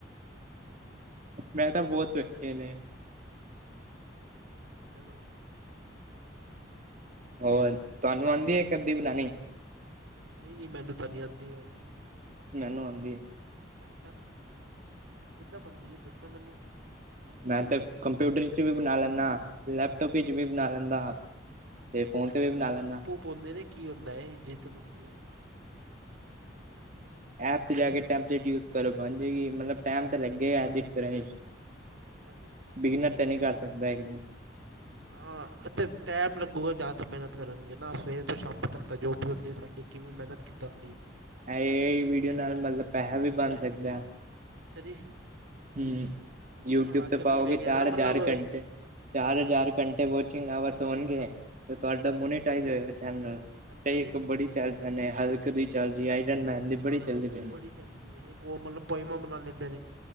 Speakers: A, on the right; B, on the right.
A: ਮੈਂ ਤਾਂ ਬਹੁਤ ਸੌਖੇ ਨੇ।
B: ਹੈਲੋ।
A: ਹੋਰ ਤੁਹਾਨੂੰ ਆਉਂਦੀ ਹੈ ਇੱਕ ਅੱਧੀ ਬਣਾਉਣੀ।
B: ਨਹੀਂ, ਨਹੀਂ, ਮੈਨੂੰ ਤਾਂ ਨਹੀਂ ਆਉਂਦੀ ਭਾਜੀ।
A: ਮੈਨੂੰ ਆਉਂਦੀ ਹੈ।
B: ਅੱਛਾ, ਕਿੱਦਾਂ ਬਣਦੀ ਹੈ ਦੱਸਣਾ ਮੈਨੂੰ?
A: ਮੈਂ ਤੇ ਕੰਪਿਊਟਰ ਚ ਵੀ ਬਣਾ ਲੈਂਦਾ। ਲੈਪਟੋਪ
B: ਅੱਛਾ
A: ਵਿੱਚ
B: ਅੱਛਾ
A: ਵੀ ਬਣਾ ਲੈਂਦਾ, ਤੇ ਫੋਨ ਤੇ ਵੀ ਬਣਾ ਲੈਂਦਾ ਹਾਂ।
B: ਪਾਉਂਦੇ ਨੇ ਕੀ ਹੁੰਦਾ ਇਹ ਜਿੱਤ ਬਣਦੀ ਹੈ।
A: ਐਪ ਤੇ ਜਾ ਕੇ ਟੈਂਪਲੇਟ ਯੂਜ ਕਰੋ ਬਣ ਜੇਗੀ ਮਤਲਬ ਟਾਈਮ ਤਾਂ ਲੱਗੇ ਐਡਿਟ ਕਰਨ ਚ।
B: ਅੱਛਾ ਜੀ।
A: ਬਿਗਿਨਰ ਤਾਂ ਨਹੀਂ ਕਰ ਸਕਦਾ ਇਹ।
B: ਹੂੰ, ਹਾਂ। ਹਾਂ ਅਤੇ ਟਾਈਮ ਲੱਗੂਗਾ ਜਾਂ ਤੋਂ ਮਿਹਨਤ ਕਰਨਗੇ ਨਾ ਸਵੇਰ ਤੋਂ ਸ਼ਾਮ ਤੱਕ ਤਾਂ ਜੋ ਵੀ ਹੁੰਦੀ ਹੈ ਸਾਡੀ। ਕਿਵੇਂ ਮਿਹਨਤ ਕਿਦਾਂ ਕਰੀਏ।
A: ਇਹ ਵੀਡੀਓ ਨਾਲ ਮਤਲਬ ਪੈਸਾ ਵੀ ਬਣ ਸਕਦਾ ਹੈ।
B: ਅੱਛਾ ਜੀ।
A: ਹੂੰ,
B: ਮਤਲਬ
A: ਯੂਟਿਊਬ
B: ਅੱਜ
A: ਤੇ
B: ਕੱਲ੍ਹ
A: ਪਾਓਗੇ
B: ਮੈਂ ਵੇਖਿਆ
A: ਚਾਰ
B: ਨਾ ਮਤਲਬ
A: ਹਜ਼ਾਰ ਘੰਟੇ। ਚਾਰ ਹਜ਼ਾਰ
B: ਮਲ
A: ਘੰਟੇ ਵੋਚਿੰਗ ਆਵਰ ਹੋਣਗੇ
B: ਹਾਂ ਮਲ
A: ਤੁਹਾਡਾ
B: ਹਾਂਜੀ
A: ਮੋਨੀਟਾਈਜ ਹੋਏਗਾ ਚੈਲਨ
B: ਅੱਛਾ
A: ਕਈ
B: ਜੀ
A: ਇੱਕ ਬੜੀ ਚੱਲ ਜਾਂ ਨੇ ਹਲਕ ਦੀ ਚੱਲਦੀ ਆਈਰਨ ਮੈਨ ਦੀ
B: ਹਾਂ
A: ਬੜੀ ਚੱਲਦੀ
B: ਹਾਂ ਉਹ
A: ਪਏ ਨੇ।
B: ਬੜੀ ਚੱਲ ਰਹੀ ਹੈ ਇੱਕ ਉਹ ਮਤਲਬ ਪੌਈਮਾ ਬਨਾ ਲੈਂਦੇ ਨੇ।